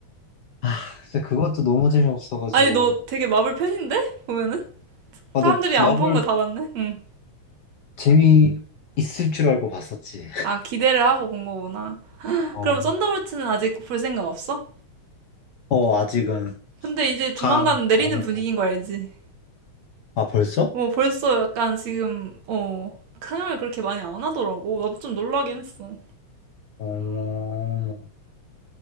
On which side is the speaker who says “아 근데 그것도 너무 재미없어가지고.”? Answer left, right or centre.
Left